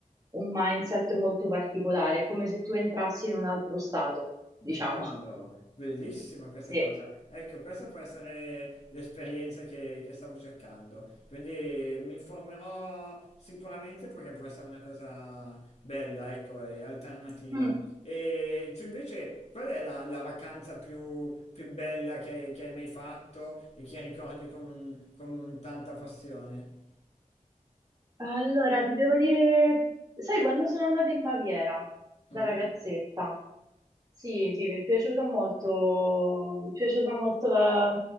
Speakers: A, on the right; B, on the left.
A: un mindset molto particolare, è come se tu entrassi in un altro stato,
B: Bello,
A: diciamo. <laughs>
B: bellissima questa
A: Sì.
B: cosa. Ecco, questa può essere l'esperienza che, che stavo cercando. Quindi mi informerò sicuramente perché può essere una cosa bella, ecco, e alternativa.
A: Mm.
B: E tu invece, qual è la, la vacanza più, più bella che, hai che hai mai fatto e che ricordi con, con tanta passione?
A: Allora, ti devo dire, sai, quando sono andata in Baviera da
B: Mm?
A: ragazzetta, sì, sì, mi è piaciuta molto, mi è piaciuta molto la,